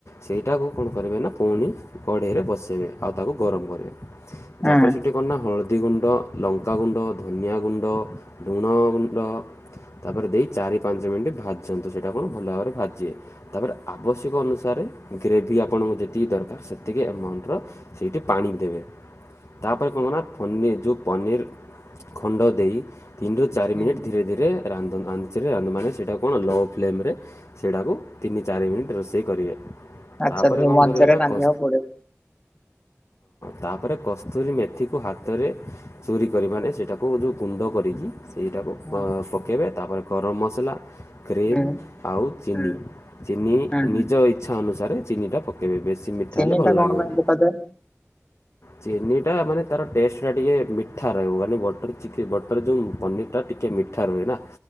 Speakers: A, on the left (about 60°); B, on the left (about 20°).
A: ସେଟାକୁ କଣ କରିବେ ନା ପୁଣି ଲଢ଼େଇରେ ବସେଇବେ ଆଉ ତାକୁ ଗରମ୍ ତାପରେ
B: ହୁଁ
A: ସେଠି କ ନା ହଳଦୀ ଗୁଣ୍ଡ, ଲଙ୍କାଗୁଣ୍ଡ, ଧନିଆ ଗୁଣ୍ଡ ଲୁଣ ଗୁଣ୍ଡ ତାପରେ ଦେଇ ଚାରି ପାଞ୍ଚ ମିନିଟ୍ ଭାଜନ୍ତୁ, ସେଇଟା କଣ ଭଲ ଭାବରେ ଭାଜିବେ? ତାପରେ ଆବଶ୍ୟକ ଅନୁସାରେ ଗ୍ରେଭି ଆପଣଙ୍କୁ ଯେତିକି ଦରକାର ସେତିକି ଆମାଉଣ୍ଟର ସେଇଠି ପାଣି ଦେବେ। ତାପରେ କଣ କ ନା ପନିର ଯୋଉ ପନିର ଖଣ୍ଡ ଦେଇ ତିନରୁ ଚାରି ମିନି୍
B: ହୁଁ ହୁଁ।
A: ଧୀରେ ଧୀରେ ରାନ୍ଧନ୍ତୁ। ସେଥିରେ ରାନ୍ଧୁ ଅନୁମାନ ସେଇଟାକୁ ନଅ ଫ୍ଲେମ୍ ସେଇଟାକୁ ତିନି ଚାରି ମିନିଟ୍ ରୋଷେଇ କରିବେ। ତା'ପରେ
B: ଆଚ୍ଛା ଧି
A: କ'ଣ
B: ମଞ୍ଚରେ
A: କରିବେ ନା
B: ରାନ୍ଧିବାକୁ
A: ହଁ
B: ପଡିବ।
A: ତାପରେ କସ୍ତୁରୀ ମେଥିକୁ ହାତରେ ଚୋରିକରି ମାନେ ସେଇଟାକୁ ଗୁଣ୍ଡ କରିକି ସେଇଟାକୁ ପ
B: ହଁ।
A: ପକାଇବେ ତାପରେ ଗରମ ମସଲା କ୍ରିମ୍
B: ହୁଁ
A: ଆଉ ଚିନି
B: ହୁଁ
A: ଚିନି
B: ହୁଁ ହୁଁ
A: ନିଜ ଇଚ୍ଛା ଅନୁସାରେ ଚିନିଟା ପକାଇବେ। ବେଶୀ ମିଠା
B: ଚିନି
A: ହେଲେ ଭଲ
B: ଟା କଣ
A: ଲାଗିବନି।
B: ପାଇଁ ପକାଯାଏ?
A: ଚିନି ଟା ମାନେ ତାର ଟେଷ୍ଟଟା ଟିକିେ ମିଠା ରହିବ ମାନେ ବଟର୍ ଚିକେ ବଟର୍ ଯେଉଁ ପନିରଟା ଟିକିଏ ମିଠା ରୁହେ ନା,